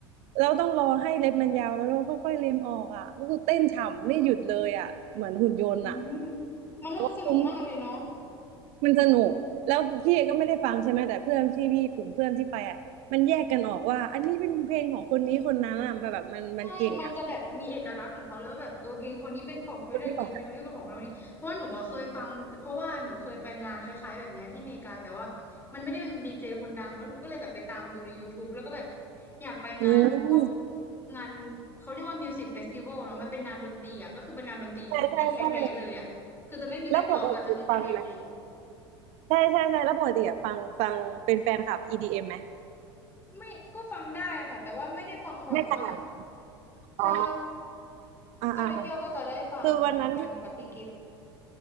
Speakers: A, on the right; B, on the left.
A: เราต้องรอให้เล็บมันยาวแล้วเราค่อยๆเล็มออกอ่ะก็คือเต้นฉ่ำไม่หยุดเลยอ่ะเหมือนหุ่นยนต์อ่ะ
B: อืมมันน่าจะสนุกมากเลยเนาะ
A: คุ้มมันสนุกแล้วพี่ก็ไม่ได้ฟังใช่ไหมแต่เพื่อนที่พี่กลุ่มเพื่อนที่ไปอ่ะมันแยกกันออกว่าอันนี้เป็นเพลงของคนนี้คนนั้นอ่ะมันแบบมันมันเก่งอ่ะ
B: ใช่มันจะแบบมีเอกลักษณ์ของเขาเลยว่าแบบเออเพลงคนนี้เป็นของเฟร
A: คนนี้ของใค
B: e เกนเพลงคนนี้ก็เป็นของคนนี้เพราะว่าหนูอะเคยฟังเพราะว่าหนูเคยไปงานคล้ายๆแบบเนี้ยที่อเมริกาแต่ว่ามันไม่ได้เป็นดีเจคนดังแล้วหนูก็เลยแบบไปตามดูใน YouTube แล้วก็แบบอยากไปงานพวก
A: อืม
B: งานเขาเรียกว่ามิวสิกเฟสติวัลเนาะมันเป็นงานดนตรีอ่ะก็คือเป็นงานดนตรีที่แท้ๆเลยอ่ะคือจะไม่มีนักร้องอ่ะจะมีแต่ดีเจ
A: ใช่ใช่ใช่แล้วปกติฟังไหมใช่ใช่ใช่แล้วปกติอ่ะฟังฟังเป็นแฟนคลับ EDM ไหม
B: ไม่ก็ฟังได้อะค่ะแต่ว่าไม่ได้ฟังบ่อยมาก
A: ไม่ใช่
B: ใช่
A: อ๋ออ่าอ่าอ่า
B: ถ้าไปเที่ยวก็จะได้ฟังเหมือนกันกับพี่กิฟต์
A: คือวันนั้น